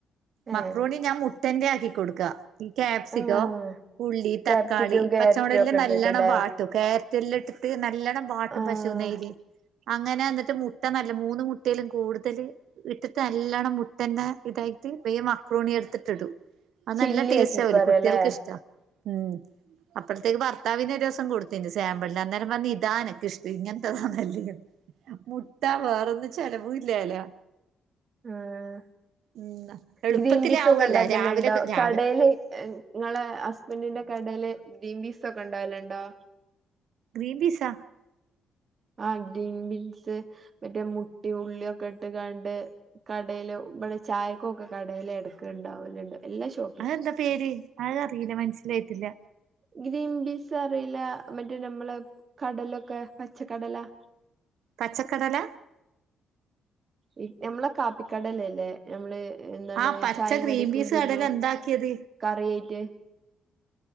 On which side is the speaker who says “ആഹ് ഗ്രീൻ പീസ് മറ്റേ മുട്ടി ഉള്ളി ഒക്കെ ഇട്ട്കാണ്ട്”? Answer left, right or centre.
Right